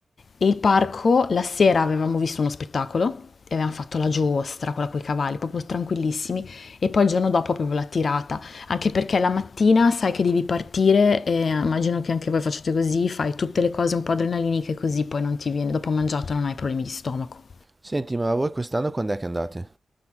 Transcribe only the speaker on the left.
e il parco, la sera avevamo visto uno spettacolo e avevamo fatto la giostra, quella con i cavalli, proprio tranquillissimi, e poi il giorno dopo proprio la tirata, anche perché la mattina sai che devi partire e immagino che anche voi facciate così, fai tutte le cose un po' adrenaliniche così poi non ti viene, dopo mangiato non hai problemi di stomaco.